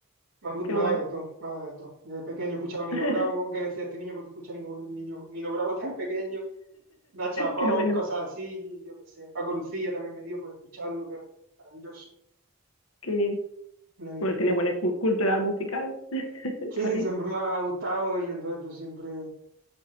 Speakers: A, on the right; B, on the left.
A: Me, han gu-
B: qué
A: me
B: guay,
A: ha dado de todo, me ha dado de todo. Desde pequeño escuchaba Nino
B: <laughs>
A: Bravo, que decía este niño porque escucha Nino, niño- Nino Bravo tan pequeño, Nacha Pop,
B: qué bueno,
A: cosas así, y yo qué sé. Paco Lucía también me dio por escucharlo, que es maravilloso,
B: qué bien.
A: con la guitarra.
B: Bueno, tiene buena cu- cultura musical, <laughs> está
A: Sí,
B: bien,
A: siempre me ha gustado y entonces pues siempre,